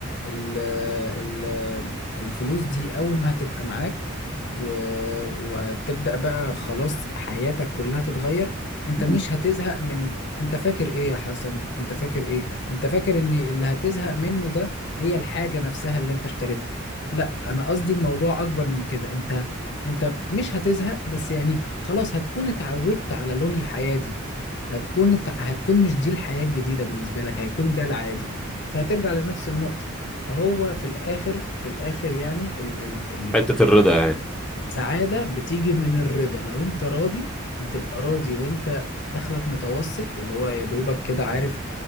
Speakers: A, on the left (about 55°); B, in the centre.
A: ال ال الفلوس دي اول ما هتبقى معاك و- وهتبدأ بقى خلاص حياتك كلها تتغير انت
B: مم.
A: مش هتزهق من انت فاكر ايه يا حسن انت فاكر ايه انت فاكر ان اللي هتزهق منه ده هي الحاجة نفسها اللي انت اشتريتها لا انا قصدي الموضوع اكبر من كده انت انت مش هتزهق بس يعني خلاص هتكون اتعودت على لون الحياة دي هتكون اتع- هتكون مش دي الحياة الجديدة بالنسبة لك هيكون ده العادي فهترجع لنفس النقطة فهو في الآخر في الآخر يعني ال ال ال
B: حتة الرضا يعني
A: السعادة بتيجي من الرضا لو أنت راضي هتبقى راضي وأنت دخلك متوسط اللي هو يا دوبك كده عارف